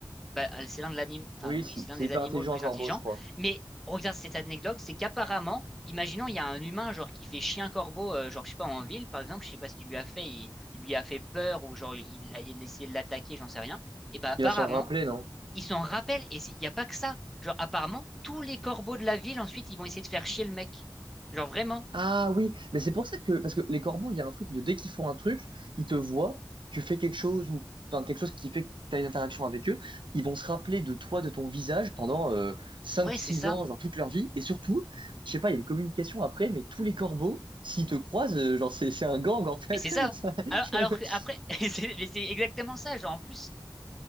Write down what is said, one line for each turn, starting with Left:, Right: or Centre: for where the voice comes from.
Centre: bah, euh, c'est l'un de l'anim- enfin,
Right: Oui,
Centre: oui,
Right: si,
Centre: c'est l'un
Right: c'est
Centre: des
Right: hyper
Centre: animaux
Right: intelligent
Centre: le plus
Right: un corbeau,
Centre: intelligent.
Right: je crois.
Centre: Mais regarde cette anecdote, c'est qu'apparemment, imaginons, il y a un humain genre qui fait chien corbeau, euh, genre je sais pas en ville par exemple, je sais pas ce qu'il lui a fait, il, il lui a fait peur ou genre il a, il a essayé de l'attaquer, j'en sais rien. Et bah apparemment,
Right: Il va s'en rappeler, non?
Centre: il s'en rappelle et c'est- il n'y a pas que ça. Genre apparemment, tous les corbeaux de la ville ensuite, ils vont essayer de faire chier le mec. Genre vraiment.
Right: Ah oui, mais c'est pour ça que, parce que les corbeaux, il y a un truc de dès qu'ils font un truc, ils te voient, tu fais quelque chose ou, enfin, quelque chose qui fait que tu as une interaction avec eux, ils vont se rappeler de toi, de ton visage pendant euh, 5-6
Centre: Ouais, c'est ça.
Right: ans, genre toute leur vie. Et surtout, je sais pas, il y a une communication après, mais tous les corbeaux, s'ils te croisent, euh, genre c'est c'est un gang en fait.
Centre: Mais c'est
Right: <laughs>
Centre: ça. Alors, alors que après, <laughs> c'est mais c'est exactement ça. Genre en plus,